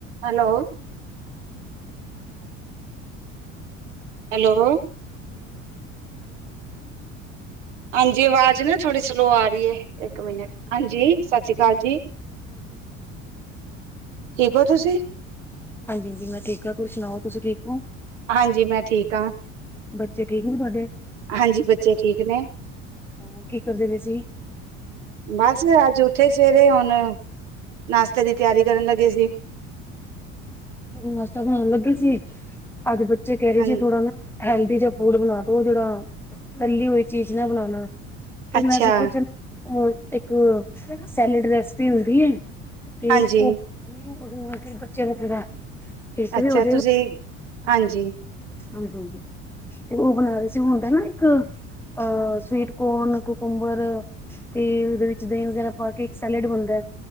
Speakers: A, on the right (about 65°); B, in the centre.
A: Hello.
B: ਹਾਂਜੀ ਭਾਂਜੀ ਸਤਿ ਸ਼੍ਰੀ ਅਕਾਲ
A: ਹੈਲੋ
B: ਹਾਂਜੀ ਭੈਣਜੀ ਸਤਿ ਸ਼੍ਰੀ ਅਕਾਲ ਆਵਾਜ਼ ਆ ਰਹੀ ਮੇਰੀ
A: ਹਾਂਜੀ ਆਵਾਜ਼ ਨਾ ਥੋੜੀ ਸਲੋ ਆ ਰਹੀ ਹੈ ਇੱਕ ਮਿੰਟ ਹਾਂਜੀ ਸਤਿ ਸ੍ਰੀ ਅਕਾਲ ਜੀ,
B: ਹੋਰ ਠੀਕ ਹੋ ਤੁਸੀਂ
A: ਠੀਕ ਹੋ ਤੁਸੀਂ?
B: ਹਾਂਜੀ-ਹਾਂਜੀ ਮੈਂ ਠੀਕ ਹਾਂ, ਤੁਸੀਂ ਸੁਣਾਓ ਤੁਸੀਂ ਠੀਕ ਹੋ?
A: ਹਾਂਜੀ ਮੈਂ ਠੀਕ ਹਾਂ,
B: ਬੱਚੇ ਠੀਕ ਨੇ ਤੁਹਾਡੇ
A: ਹਾਂਜੀ ਬੱਚੇ ਠੀਕ ਨੇ,
B: ਹਾਂ ਕੀ ਕਰਦੇ ਪਏ ਸੀ
A: ਬਸ ਅੱਜ ਉਠੇ ਸਵੇਰੇ ਹੁਣ ਨਾਸ਼ਤੇ ਦੀ ਤਿਆਰੀ ਕਰਨ ਲੱਗੇ ਸੀ।
B: ਨਾਸ਼ਤਾ ਬਣਾਣ ਲੱਗੇ ਸੀ ਅੱਜ ਕਹਿ ਰਹੇ
A: ਹਾਂਜੀ
B: ਸੀ ਥੋੜਾ ਨਾ ਹੈਲਦੀ ਜਾ ਫੂਡ ਬਣਾ ਦੋ ਉਹ ਜਿਹੜਾ ਤੱਲੀ ਹੋਈ ਚੀਜ਼ ਨਾ ਬਣਾਣਾ ਤੇ
A: ਅੱਛਾ
B: ਮੈਂ ਸੋਚਿਆ ਉਹ ਇੱਕ ਸੈਲਡ ਰੈਸਪੀ ਹੁੰਦੀ ਹੈ। ਤੇ
A: ਹਾਂਜੀ
B: ਉਹ ਉਹਦੇ ਨਾਲ ਬੱਚੇ ਦਾ ਠੀਕ
A: ਅੱਛਾ
B: ਵੀ ਹੋ
A: ਤੁਸੀਂ ਹਾਂਜੀ,
B: ਹਾਂਜੀ-ਹਾਂਜੀ ਤੇ ਉਹ ਬਣਾ ਰ ਸੀ ਹੁੰਦਾ ਨਾ ਇੱਕ, ਅ ਸਵੀਟ ਕੋਰਨ ਕੋਕੁੰਬਰ ਤੇ ਉਹਦੇ ਵਿੱਚ ਦਹੀਂ ਵਗੈਰਾ ਪਾ ਕੇ ਇੱਕ ਸੈਲਡ ਬਣਦਾ ਹੈ